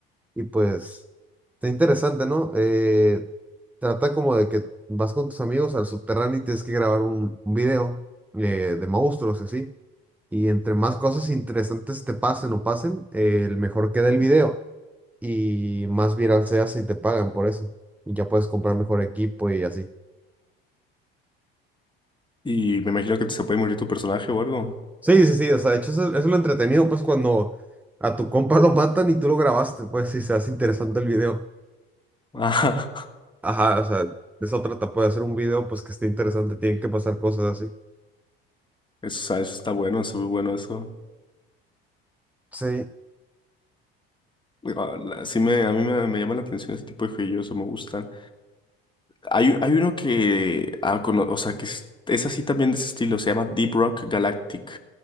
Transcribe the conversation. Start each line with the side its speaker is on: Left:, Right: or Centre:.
Centre: Y pues, está interesante, ¿no? Eh, trata como de que vas con tus amigos al subterráneo y tienes que grabar un, un video eh, de monstruos, y así. Y entre más cosas interesantes te pasen o pasen, eh, el mejor queda el video y más viral se hace y te pagan por eso. Y ya puedes comprar mejor equipo y así.
Left: Y me imagino que se puede morir tu personaje o algo.
Centre: Sí, sí, sí, o sea, de hecho eso, eso es lo entretenido, pues cuando a tu compa lo matan y tú lo grabaste, pues si se hace interesante el video.
Left: Ah,
Centre: Ajá, o sea, de otra etapa de hacer un video pues que esté interesante, tienen que pasar cosas así.
Left: <laughs> eso, o sea, eso está bueno, se ve bueno eso.
Centre: Sí,
Left: Ah, la- Sí me, a mí me, me llama la atención ese tipo de juegos, me gustan. Hay, hay uno que, ah, cono- o sea, que es, es así también de ese estilo, se llama Deep Rock Galactic.